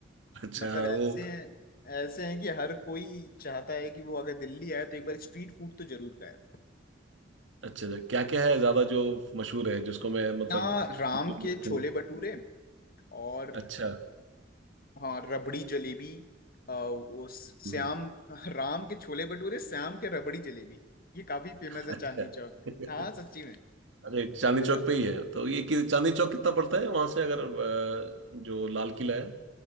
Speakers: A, on the right (about 75°); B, on the left (about 50°).
A: अच्छा
B: मतलब
A: हाँ
B: ऐसे
A: वो
B: हैं ऐसे हैं कि हर कोई चाहता है कि वो अगर दिल्ली आए तो एक बार स्ट्रीट फूड तो जरूर खाए
A: अच्छा अच्छा क्या क्या है ज्यादा जो मशहूर है जिसको मैं मतलब
B: यहाँ राम के छोले भटूरे और
A: <laughs> अच्छा
B: हाँ रबड़ी जलेबी अ, वो श्याम
A: हम्म,
B: राम के छोले भटूरे श्याम के रबड़ी जलेबी ये काफी फेमस
A: अच्छा
B: है चांदनी
A: <laughs>
B: चौक में हाँ सच्ची में
A: अरे चांदनी चौक पे ही है तो ये कि चांदनी चौक कितना पड़ता है वहां से अगर अ, जो लाल किला है